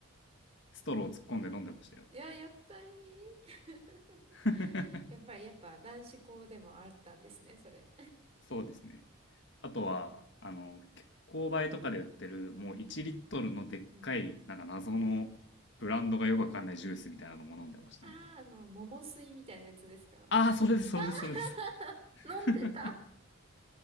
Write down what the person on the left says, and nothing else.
ストロー突っ込んで飲んでましたよ。
<laughs>
そうですね。あとは、あの、購買とかで売ってる、もう1リットルのでっかい、
なんか謎のブランドがよくわかんないジュースみたいなのも飲んでましたね。
ああ、それです、それです、それです。
<laughs>